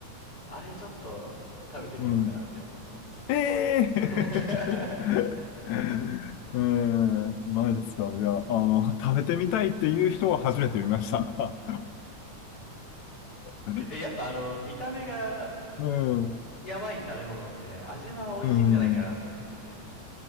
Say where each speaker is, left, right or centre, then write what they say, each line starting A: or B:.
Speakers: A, on the left; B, on the left.
A: あれちょっと、食べてみようかなって思ってます。
B: うん。ええー
A: <laughs>
B: <laughs> うーん、前ですか。いや、あの、食べてみたいっていう人は初めて見ました。<laughs>
A: え、やっぱあの、見た目が
B: うん、
A: やばい食べ物って味は美味しいんじゃないかなって思ってて。
B: うん。